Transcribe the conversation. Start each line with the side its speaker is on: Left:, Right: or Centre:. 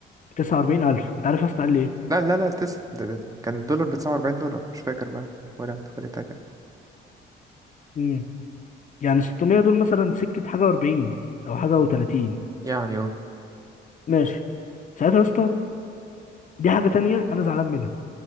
Left: 49000 انت عارف يا اسطى قال لي ايه
Right: لا لا لا تس... ده ده ده. كان الدولار بتسعة وأربعين دولار مش فاكر بقى ولا حوالي كده
Left: امم يعني 600 دول مثلا سكه حاجه و40 او حاجه و30
Right: يعني اه
Left: ماشي ساعتها يا اسطى دي حاجه تانية انا زعلان منها